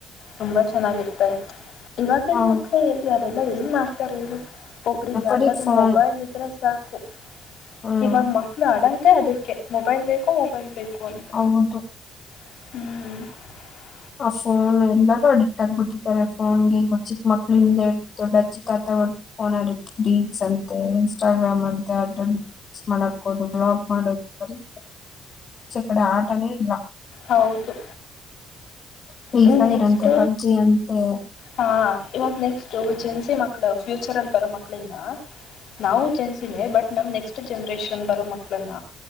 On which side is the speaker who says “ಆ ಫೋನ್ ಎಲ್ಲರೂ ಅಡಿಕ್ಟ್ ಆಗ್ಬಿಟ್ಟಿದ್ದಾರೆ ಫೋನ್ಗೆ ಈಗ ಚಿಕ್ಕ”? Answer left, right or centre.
Left